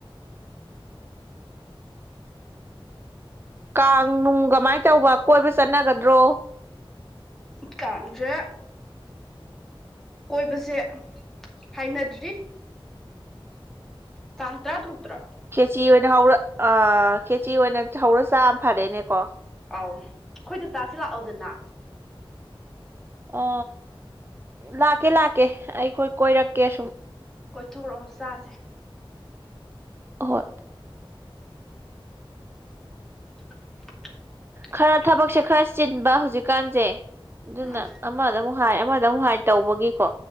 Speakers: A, on the right; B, in the centre.
A: ꯀꯥꯡ ꯅꯨꯡ ꯀꯃꯥꯏꯅ ꯇꯧꯕ ꯀꯣꯏꯕ ꯆꯠꯅꯒꯗ꯭ꯔꯣ
B: ꯀꯥꯡꯖꯦ ꯀꯣꯏꯕꯁꯦ ꯍꯥꯏꯅꯗ꯭ꯔꯤ ꯇꯥꯡ ꯇꯔꯥ ꯇꯔꯨꯛꯇ꯭ꯔ
A: ꯈꯦꯆꯤ ꯑꯣꯏꯅ ꯍꯧꯔ ꯈꯦꯆꯤ ꯑꯣꯏꯅ ꯍꯧꯔ ꯆꯥ ꯑꯃ ꯐꯔꯦꯅꯦꯀꯣ
B: ꯑꯧ ꯑꯩꯈꯣꯏꯗ ꯆꯥꯁꯤ ꯂꯥꯛꯑꯣꯗꯅ
A: ꯑ ꯂꯥꯛꯀꯦ ꯂꯥꯛꯀꯦ ꯑꯩꯈꯣꯏ ꯀꯣꯏꯔꯛꯀꯦ ꯁꯨꯝ
B: ꯀꯣꯏꯊꯣꯔꯛꯑꯣ ꯆꯥꯁꯦ
A: ꯑꯍꯣꯏ
B: <inaudible>
A: ꯈꯔ ꯊꯕꯛꯁꯦ ꯈꯔ ꯆꯤꯟꯕ ꯍꯧꯖꯤꯛꯀꯥꯟꯁꯦ ꯑꯗꯨꯅ
B: ꯎꯝ
A: ꯑꯃꯗ ꯑꯃꯨꯛ ꯍꯥꯏ ꯑꯃꯗ ꯑꯃꯨꯛ ꯍꯥꯏ ꯇꯧꯕꯒꯤꯀꯣ